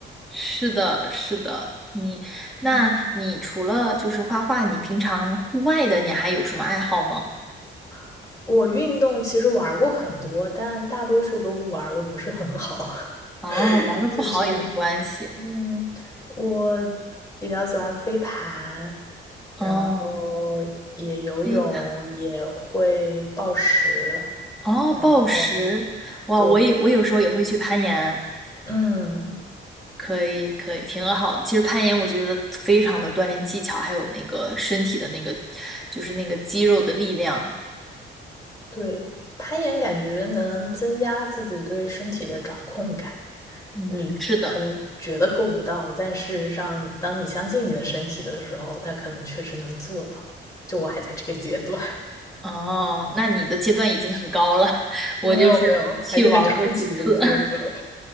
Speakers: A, in the centre; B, on the left (about 15°).
A: 是的，是的。你，那你除了就是画画，
B: 嗯，
A: 你平常户外的你还有什么爱好吗？
B: <laughs> 我运动其实玩儿过很多，但大多数都不玩儿的不是很好。<laughs>
A: 哦，玩的不好也没关系。
B: 就是，嗯，我比较喜欢飞盘，
A: 嗯，
B: 然后也游泳，
A: 飞盘，
B: 也会暴食，
A: 哦，
B: 然后
A: 暴食，哇，
B: 对，
A: 我也我有时候也会去攀岩。
B: 嗯，
A: 可以，可以，挺好。其实攀岩，我觉得非常的锻炼技巧，还有那个身体的那个，就是那个肌肉的力量。
B: 对，攀岩感觉能增加自己对身体的掌控感。
A: 嗯，
B: 你可能觉得够不到，
A: 是的。
B: 但事实上，当你相信你的身体的时候，它可能确实能做到。就我还在这个阶段，
A: 哦，那你的阶段已经很高了，<laughs>
B: <laughs>
A: 我就是去玩儿过几次，
B: 没有没有，还是很初级的阶段。
A: <laughs>
B: <laughs>